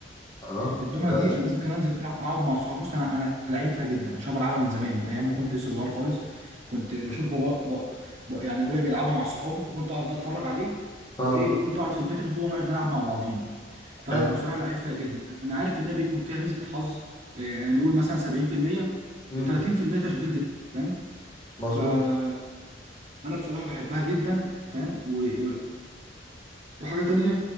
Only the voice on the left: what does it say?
اه
ده
شيء
أساسي.
اه
حلو
امم
مظبوط